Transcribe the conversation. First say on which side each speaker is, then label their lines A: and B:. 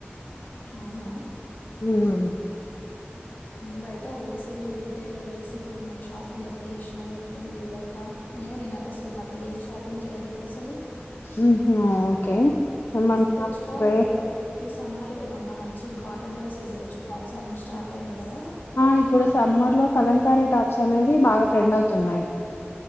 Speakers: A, on the left (about 50°); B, on the left (about 70°).
A: అవునా
B: హ్మ్
A: బాయట హోల్సేల్ రేట్ టైలు రేట్స్ ఎట్లు ఉన్నాయి షాపింగ్ ఎట్లా చేసినావు ఎట్లు ఉంది బయట ఏమో నేనైతే అసలు ఈ మధ్య ఏమి చూడలేదు షాపింగ్ చేయలేదు అసలు
B: ఉహు, ఓకే మొన్న
A: తెచ్చుకోవాలి
B: వే-
A: ఇప్పుడు ఈ సమ్మర్లో ఏమన్నా మంచి కాటన్ డ్రెస్సెస్ తెచ్చువాలి సమ్మర్ స్టార్ట్ అయింది కదా
B: ఆ ఇప్పుడు సమ్మర్ లో కలంకారీ టాప్స్ అనేవి బాగా ట్రెండ్ అవుతున్నాయి